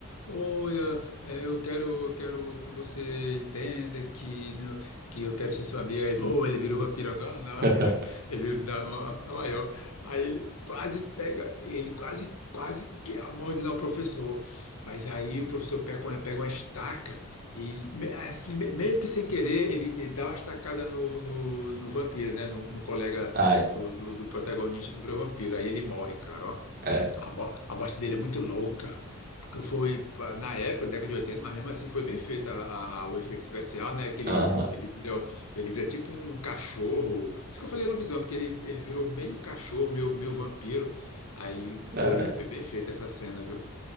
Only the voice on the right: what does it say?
<laughs>
ah,
é,
aham,
cara.